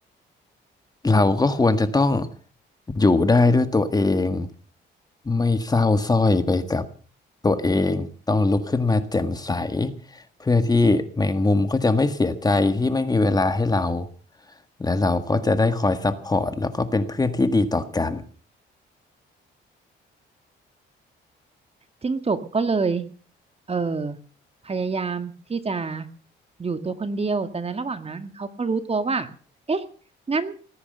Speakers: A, on the left (about 20°); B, on the right (about 30°).
A: เราก็ควรจะต้องอยู่ได้ด้วยตัวเองไม่เศร้าสร้อยไปกับตัวเองต้องลุกขึ้นมาแจ่มใสเพื่อที่แมงมุมก็จะไม่เสียใจที่ไม่มีเวลาให้เราและเราก็จะได้คอยซัพพอร์ตแล้วก็เป็นเพื่อนที่ดีต่อกัน
B: จิ้งจกก็เลยเออพยายามที่จะอยู่ตัวคนเดียวแต่ในระหว่างนั้นเขาก็รู้ตัวว่าเอ๊ะงั้น